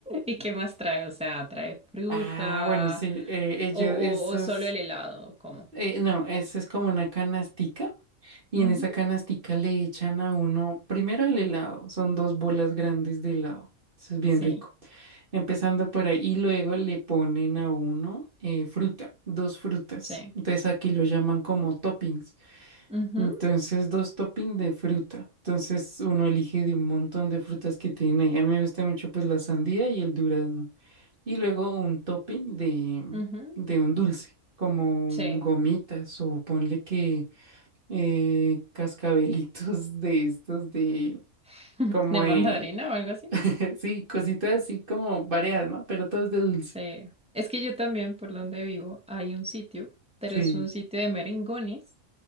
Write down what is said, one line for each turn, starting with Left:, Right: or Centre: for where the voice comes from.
Centre: ¿Y qué más trae? O sea, ¿trae fruta
Right: Ah, bueno, sí, eh, ellos,
Centre: o, o-
Right: esos,
Centre: o solo el helado? ¿Cómo?
Right: eh, no, eso es como una canastica y
Centre: Ujú,
Right: en esa canastica le echan a uno, primero el helado, son dos bolas grandes de helado, eso es bien
Centre: Sí,
Right: rico. Empezando por ahí, y luego le ponen a uno eh, fruta, dos frutas.
Centre: sí.
Right: Entonces aquí lo llaman como toppings.
Centre: Ujú,
Right: Entonces, dos toppings de fruta. Entonces uno elige de un montón de frutas que tienen ahí. A mí me gusta mucho pues la sandía y el durazno. Y luego un topping de,
Centre: ujú,
Right: de un dulce, como
Centre: Sí.
Right: gomitas o ponle que eh, cascabelitos de estos de
Centre: <laughs>
Right: como...
Centre: ¿De mandarina
Right: eh,
Centre: o algo así?
Right: <laughs> sí, cositas así como variadas, ¿no? Pero todos de dulce.
Centre: Sí. Es que yo también, por donde vivo, hay un sitio, pero
Right: Sí.
Centre: es un sitio de merengones.